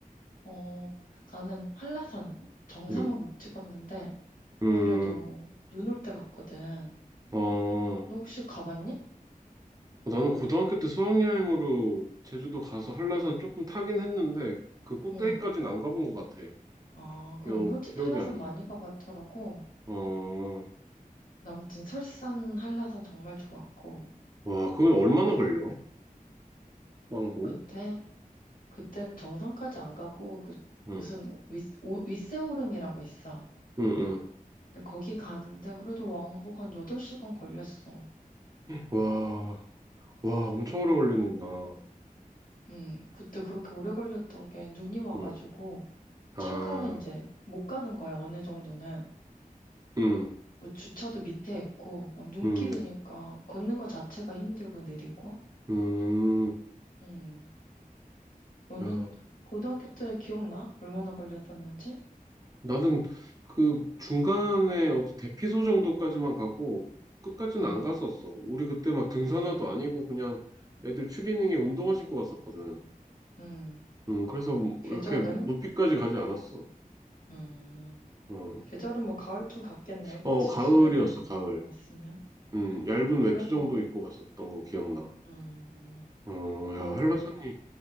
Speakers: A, on the left; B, on the right.
A: 어, 나는 한라산 정상은
B: 음,
A: 못 찍었는데,
B: 음.
A: 그래도 눈 올 때 갔거든.
B: 어,
A: 너 혹시 가봤니?
B: 나는 고등학교 때 수학여행으로 제주도 가서 한라산 조금 타긴 했는데, 그 꼭대기까지는
A: 응.
B: 안 가본 것 같아.
A: 아, 그
B: 기억,
A: 은근 치-
B: 기억이
A: 한라산
B: 안
A: 많이
B: 나.
A: 가봤더라고.
B: 어,
A: 아무튼 설산, 한라산 정말 좋았고,
B: 와, 그건 얼마나
A: 그다,
B: 걸려? 왕복?
A: 그때, 그땐 정상까지 안 가고, 그,
B: 응,
A: 무슨, 윗, 오, 윗세오름이라고 있어.
B: 응, 응.
A: 근데 거기 가는데 그래도 왕복 한 8시간 걸렸어.
B: 와, 와, 엄청 오래 걸리는구나.
A: 음, 그때 그렇게 오래 걸렸던 게 눈이 와가지고,
B: 응, 아,
A: 차가 이제 못 가는 거야, 어느 정도는.
B: 응,
A: 뭐 주차도 밑에 있고, 막 눈길이니까
B: 응,
A: 걷는 거 자체가 힘들고 느리고.
B: 응.
A: 음, 너는
B: 야,
A: 고등학교 때 기억나? 얼마나 걸렸었는지?
B: 나는 그 중간에 어디 대피소 정도까지만 가고 끝까지는
A: 음.
B: 안 갔었어. 우리 그때 막 등산화도
A: 음,
B: 아니고 그냥 애들 추리닝에 운동화 신고 갔었거든.
A: 음,
B: 응, 그래서
A: 계절은?
B: 이렇게 높이까지 가지 않았어.
A: 음,
B: 응.
A: 계절은 뭐 가을쯤 갔겠네. 그치?
B: 어, 가을이었어,
A: 수련회는
B: 가을.
A: 그런 거였으면.
B: 응, 얇은
A: 그래도,
B: 외투 정도 입고 갔었던 거 기억나.
A: 음,
B: 어,
A: 그,
B: 야, 한라산이